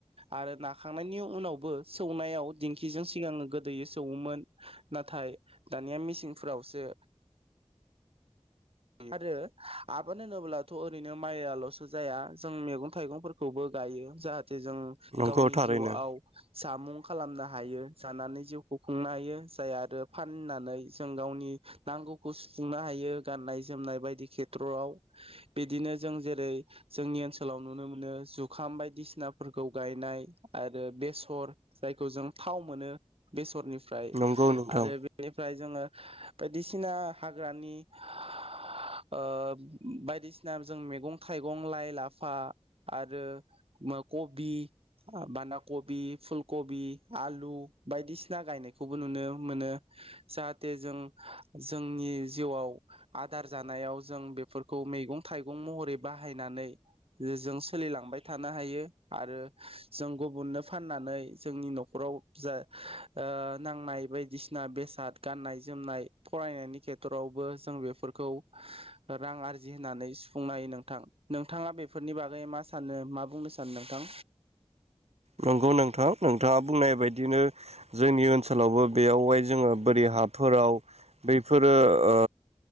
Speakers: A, on the right; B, on the right.
A: आरो नाखांनायनि उनावबो सौनायाव दिंखिजों सिगांयो गोदोयो सौवोमोन नाथाय दानिया मिसिंफोरावसो आरो आबाद होनोब्लाथ' ओरैनो माइयालसो जाया जों मैगं थाइगंफोरखौबो गायो जाहाथे जों
B: नंगौ
A: गावनि
B: थारैनो
A: जिउआव जामुं खालामना । हायो जानानै जिउ खुंनो हायो । जाय आरो फाननानै जों गावनि नांगौखौ सुफुंनो हायो गाननाय जोमनाय बायदि खेथ्रआव बिदिनो जों जेरै जोंनि ओनसोलाव नुनो मोनो जुखाम बायदिसिनाफोरखौ गायनाय आरो बेसर जायखौ जों थाव मोनो बेसरनि फ्राय
B: नंगौ नोंथां
A: आरो बेनिफ्राय जोङो बायदिसिना हाग्रानि ओ बायदिसिना जों मैगं-थाइगं, लाइ-लाफा आरो कबि, बान्दा कबि, फुल कबि आलु बायदिसिना गायनायखौबो नुनो मोनो जाहाथे जों जोंनि जिउआव आथ आदार जानायाव जों बेफोरखौ मैगं-थाइगं महरै बाहायनानै जों सोलिलांबाय थानो हायो आरो जों गुबुननो फाननानै जोंनि नखराव जा ओ नांनाय बायदिसिना बेसाद गाननाय जोमनाय फरायनायनि खेथ्रावबो जों बेफोरखौ खौ रां आरजि होनानै सुफुंनो हायो नोंथां नोंथाङा बेफोरनि बागै मा सानो मा बुंनो सानो नोंथां?
B: नंगौ नोंथां नोंथाङा बुंनाय बायदिनो जोंनि ओनसोलावबो बेयाव बाय जोङो बोरि हाफोराव बैफोरो ओ